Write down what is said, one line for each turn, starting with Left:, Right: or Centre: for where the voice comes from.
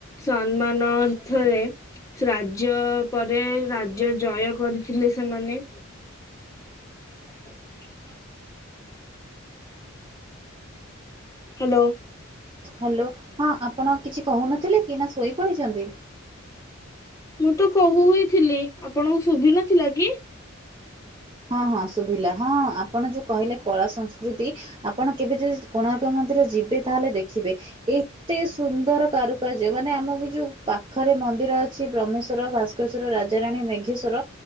Left: ସନ୍ମାନ ଅର୍ଥରେ ରାଜ୍ୟ ପରେ ରାଜ୍ୟ ଜୟ କରିଥିଲେ ସେମାନେ। <unintelligible> ହାଲୋ।
Right: ହାଲୋ, ହଁ ଆପଣ କିଛି କହୁନଥିଲେ କି ନା ଶୋଇ ପଡ଼ିଛନ୍ତି?
Left: ମୁଁ ତ କହୁ ହିଁ ଥିଲି ଆପଣଙ୍କୁ ଶୁଭିନଥିଲା କି?
Right: ହଁ ହଁ ଶୁଭିଲା ହଁ ଆପଣ ଯୋଉ କହିଲେ କଳା ସଂସ୍କୃତି ଆପଣ କେବେ ଯଦି କୋଣାର୍କ ମନ୍ଦିର ଯିବେ ତାହେଲେ ଦେଖିବେ ଏଇ ଏତେ ସୁନ୍ଦର କାରୁକାର୍ଯ୍ୟ ମାନେ ଆମ ବି ଯୋଉ ପାଖରେ ମନ୍ଦିର ଅ ଛି ବ୍ରହ୍ମେଶ୍ଵର, ଭାସ୍କରେଶ୍ଵର ରା ଜା ରାଣୀ ମେଘେଶ୍ଵର